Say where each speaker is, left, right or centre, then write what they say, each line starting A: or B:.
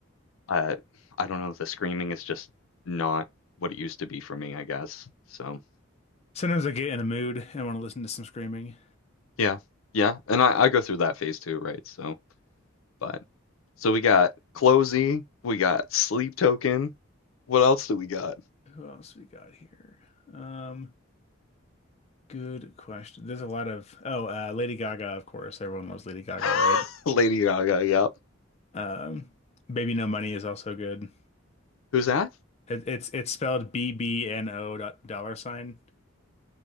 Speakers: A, on the left; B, on the left.
A: uh, I don't know, the screaming is just not what it used to be for me, I guess. So.
B: Sometimes I get in a mood and want to listen to some screaming.
A: Yeah. Yeah. And I, I go through that phase too, right? So, but so we got Closey, we got Sleep Token. What else do we got?
B: Who else we got here? Um, good question. There's a lot of oh, uh, Lady Gaga, of course. Everyone loves Lady Gaga,
A: <laughs>
B: right?
A: Lady Gaga. Yep.
B: Um, Baby No Money is also good.
A: Who's that?
B: It, it's it's spelled B B N O dot dollar sign.